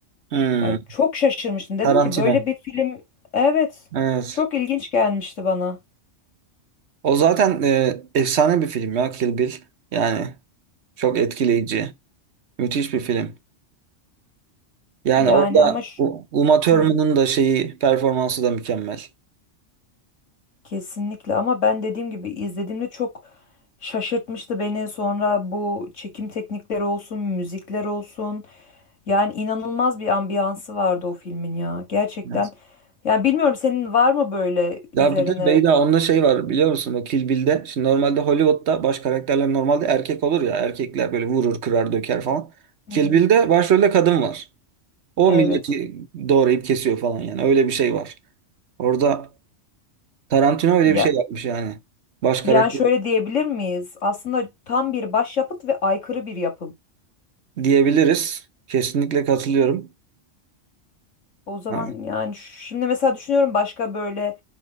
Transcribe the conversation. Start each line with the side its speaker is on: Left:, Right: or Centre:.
Right: Hmm.
Left: Ya çok şaşırmıştım. Dedim
Right: Tarantino.
Left: ki böyle bir film evet
Right: Evet.
Left: çok ilginç gelmişti bana.
Right: O zaten e, efsane bir film ya Kill Bill. Yani çok etkileyici. Müthiş bir film. Yani
Left: Yani
Right: orada
Left: ama ş-
Right: U- Uma Thurman'ın
Left: Hı,
Right: da şeyi performansı da mükemmel.
Left: kesinlikle ama ben dediğim gibi izlediğimde çok şaşırtmıştı beni. Sonra bu çekim teknikleri olsun, müzikler olsun. Yani inanılmaz bir ambiyansı vardı o filmin ya. Gerçekten.
Right: Evet.
Left: Yani bilmiyorum senin var mı böyle
Right: Ya
Left: üzerine?
Right: bir de Beyda onda şey var biliyor musun? O Kill Bill'de. Şimdi normalde Hollywood'da baş karakterler normalde erkek olur ya. Erkekler böyle vurur, kırar, döker falan.
Left: Hı
Right: Kill
Left: hı.
Right: Bill'de başrolde kadın var. O
Left: Evet.
Right: milleti doğrayıp kesiyor falan yani. Öyle bir şey var. Orada Tarantino öyle
Left: Ya
Right: bir şey yapmış yani. Baş karakter
Left: yani şöyle diyebilir miyiz? Aslında tam bir başyapıt ve aykırı bir yapım.
Right: diyebiliriz. Kesinlikle katılıyorum.
Left: O zaman
Right: Ha.
Left: yani şimdi mesela düşünüyorum başka böyle